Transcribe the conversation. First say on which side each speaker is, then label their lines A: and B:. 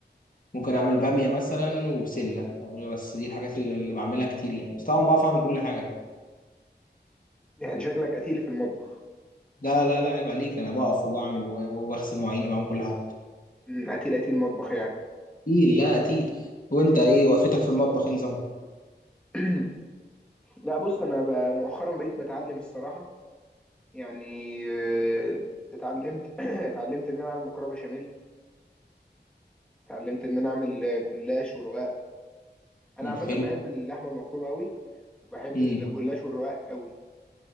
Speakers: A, on the left; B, in the centre.
A: ممكن اعمل بامية مثلا وبسلة آه، بس دي الحاجات اللي اللي بعملها كتير يعني بس طبعا بعرف اعمل كل حاجة يعني
B: يعني شكلك قتيل في المطبخ
A: لا لا لا عيب عليك انا بقف وبعمل و- وبغسل مواعين وبعمل كل حاجة
B: مم، قتيل قتيل مطبخ يعني
A: تقيل لا تقيل وانت ايه وقفتك في المطبخ ايه نظامها
B: <clears throat> لا بص انا بقى مؤخرا بقيت بتعلم الصراحه يعني آه، اتعلمت <clears throat> اتعلمت ان انا اعمل مكرونه بشاميل اتعلمت ان انا اعمل آه، جلاش ورقاق انا
A: مم،
B: عامه
A: حلو
B: بحب اللحمه المفرومه قوي وبحب
A: امم
B: الجلاش والرقاق قوي